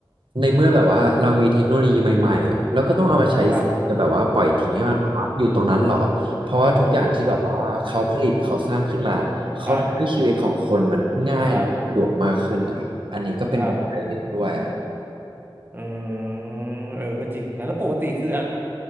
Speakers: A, on the right; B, on the right.
A: ในเมื่อแบบว่าเรามีเทคโนโลยีใหม่ๆแล้วก็ต้องเอามาใช้สิจะแบบว่าปล่อยทิ้งให้มันแบบว่าอยู่ตรงนั้นหรอเพราะว่าทุกอย่างที่แบบว่าเขาผลิตเขาสร้างขึ้นมาเขาทำให้ชีวิตของคนมันง่ายและสะดวกมากขึ้นนะครับอันนี้ก็เป็นปัจจัยหนึ่งด้วย
B: ครับอืมอืมครับครับครับอืมเออก็จริงนะแล้วปกติคืออะ